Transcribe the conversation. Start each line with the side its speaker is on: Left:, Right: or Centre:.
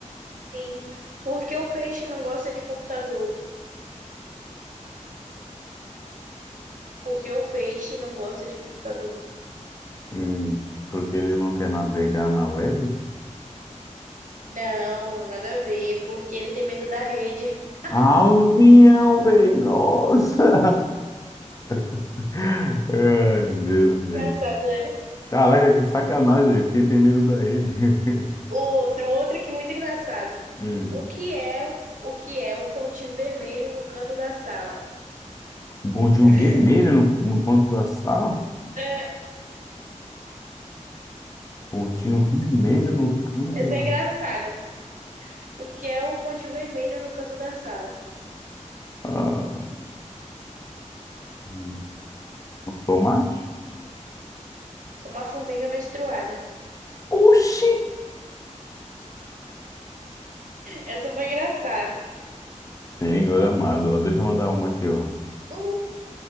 Right: Sim. Por que o peixe não gosta de computador? Por que o peixe não gosta de computador?
Left: Hum, porque ele não quer navegar na web?
Right: Não, nada a ver. Porque ele tem medo da rede. <laughs>
Left: Ah, o avião, velho! Nossa! <laughs> Ai, Deus, velho.
Right: Engraçado, né?
Left: Caraca, que sacanagem. velho. Quem tem medo da rede? <laughs>
Right: Outro, outro aqui muito engraçado.
Left: Hum.
Right: O que é, o que é um pontinho vermelho no canto da sala?
Left: Um pontinho
Right: <laughs>
Left: vermelho no, no canto da sala?
Right: É,
Left: Pontinho vermelho no canto
Right: Essa
Left: da...
Right: é engraçada. O que é um pontinho vermelho no canto da sala?
Left: Ah, um tomate?
Right: Uma formiga menstruada.
Left: Oxi!
Right: Essa foi engraçada.
Left: Senhor amado, ó, deixa eu mandar uma aqui, ó.
Right: Hum,